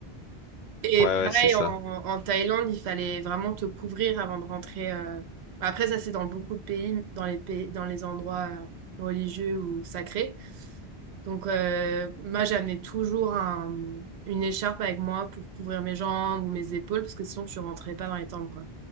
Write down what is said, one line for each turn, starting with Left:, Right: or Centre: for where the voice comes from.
Right: Et
Left: ouais,
Right: pareil,
Left: c'est ça.
Right: en, en Thaïlande, il fallait vraiment te couvrir avant de rentrer. euh. Après, ça, c'est dans beaucoup de pays, dans les pays, dans les endroits euh, religieux ou sacrés. Donc, euh, moi, j'amenais toujours un, une écharpe avec moi pour couvrir mes jambes ou mes épaules, parce que sinon, tu rentrais pas dans les tempes, quoi.